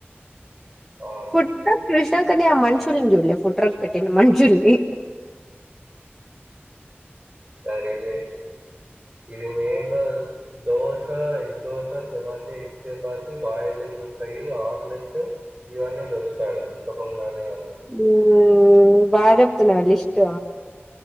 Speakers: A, on the right; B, in the centre.
A: ఆళ్ళు.
B: ఫుడ్ట్రాక్ చూసినాకని ఆ మనుషుల్ని చూడలే ఫుడ్ట్రాక్ పెట్టిన మనుషుల్ని
A: సరిపోయింది ఇది మెయిన్ డో dosa, egg dosa, chapati, egg chapati, boiled egg, omelette ఇవన్నీ దొరుకుతాయాడ గుంట పొంగనాలు ఇవన్నీ
B: ఊ బాజప్తున్నావు లిస్టు